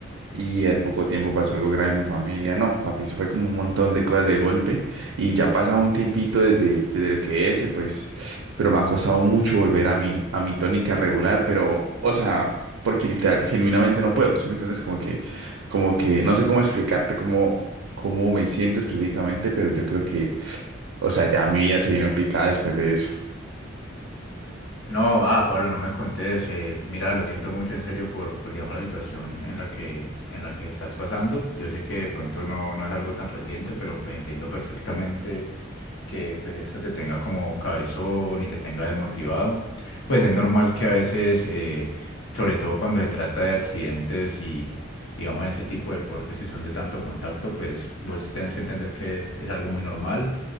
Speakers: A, on the right; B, on the left.
A: Y al poco tiempo pasó algo grave en mi familia. No, papi, eso fue como un montón de cosas de golpe. Y ya ha pasado un tiempito desde, desde el que ese, pues, pero me ha costado mucho volver a mi, a mi tónica regular, pero, o sea, porque literal, genuinamente no puedo, ¿sí me entiendes? Como que, como que, no sé cómo explicarte cómo, cómo me siento específicamente, pero yo creo que, o sea, ya mi vida se vino en picada después de eso.
B: No, ah, Pablo, no me contés. eh, mira, lo siento mucho en serio por, por, digamos, la situación en la que, en la que estás pasando. Yo sé que de pronto no, no es algo tan reciente, pero pues entiendo perfectamente que pues esto te tenga como cabezón y te tenga desmotivado. Pues es normal que a veces, eh, sobre todo cuando se trata de accidentes y digamos en ese tipo de deportes que son de tanto contacto, pues vos tenés que entender que es, es algo muy normal